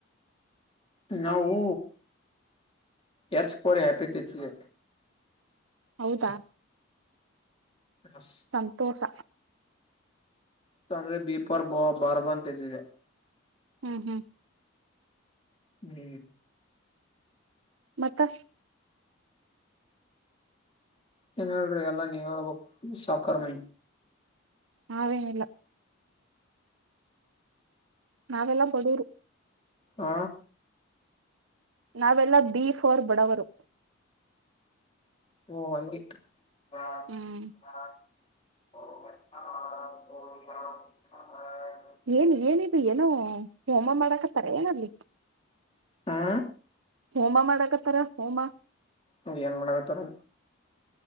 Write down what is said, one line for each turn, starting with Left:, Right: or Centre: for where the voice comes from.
Left: ನಾವು ಯಚ್ಕರಿ <unintelligible> ಹ್ಯಾಪಿತಿವು
Right: ಹೌದಾ
Left: ಹ <unintelligible>
Right: ಸಂತೋಷ
Left: <unintelligible> ಬಾರ್ಬ ಅಂತತಿದೆ
Right: ಹ್ಮ್ ಹ್ಮ್
Left: ಹ್ಮ್
Right: ಮತ್ತ
Left: ಏನ್ ಹೇಳ್ರಿ ಎಲ್ಲಾ ನೀವ ಹಬ <unintelligible> ಸಾಕರ್ ಮಂದಿ
Right: ನಾವೇನ್ ಇಲ್ಲ ನಾವೆಲ್ಲಾ ಬಡೂರು
Left: ಹ
Right: ನಾವೆಲ್ಲ ಬಿ ಫೋರ್ ಬಡವರು
Left: ಓ ಅಂಗೆ ಹಾ
Right: ಹ್ಮ್
Left: ಹಾ <unintelligible> ಹಷ <unintelligible>
Right: ಏನ್ ಏನಿದ ಏನೋ ಹೋಮ ಮಾಡಕ ಹತ್ತಾರ ಏನ್ ಅಲ್ಲಿ
Left: ಹಾ
Right: ಹೋಮ ಮಾಡಕತ್ತಾರ ಹೋಮ
Left: ಹ ಯನ್ ಮಾಡಕ್ತರ